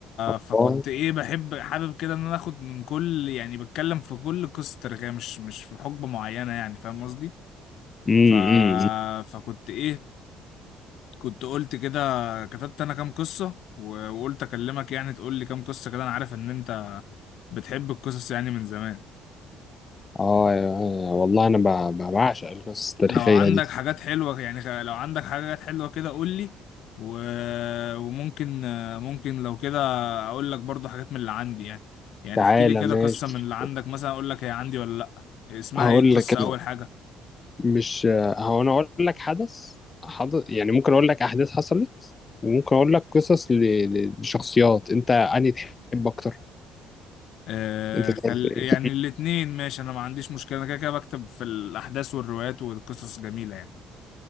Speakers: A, on the left; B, on the left.
A: الله
B: فكنت ايه بحب حابب كده ان انا اخد من كل يعني بتكلم في كل قصة تاريخية مش مش في حقبة معينة يعني فاهم قصدي
A: امم
B: ف...
A: أمم.
B: فكنت ايه كنت قلت كده كتبت انا كام قصة و... وقلت اكلمك يعني تقول لي كام قصة كده انا عارف ان انت بتحب القصص يعني من زمان
A: اه يا- والله انا ب- ب- بعشق القصص التاريخيه
B: لو عندك
A: دي
B: حاجات حلوة يعني خ- لو عندك حاجات حلوة كده قول لي و... وممكن ممكن لو كده اقول لك برضو حاجات من اللي عندي يعني يعني
A: تعالى
B: احكي لي كده
A: ماشي
B: قصة من اللي عندك مثلا اقول لك هي عندي ولا لا اسمها
A: هقول
B: ايه القصة
A: لك
B: اول
A: انا
B: حاجة
A: مش هو انا اقول لك حدث حدث يعني ممكن اقول لك احداث حصلت وممكن اقول لك قصص ل- ل- لشخصيات انت انهي تحب اكتر
B: آه
A: انت تحب
B: خل...
A: ايه
B: يعني الاتنين ماشي انا ما عنديش مشكلة انا كده كده بكتب في الاحداث والروايات والقصص جميلة يعني